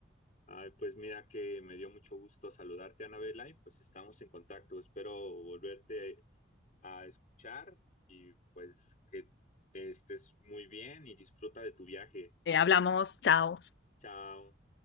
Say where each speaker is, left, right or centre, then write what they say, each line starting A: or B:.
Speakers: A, on the left; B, on the left.
A: Ay, pues mira que me dio mucho gusto saludarte, Anabela, y pues estamos en contacto. Espero volverte a escuchar y pues que estés muy bien y disfruta de tu viaje.
B: Eh, hablamos, chao.
A: Chao.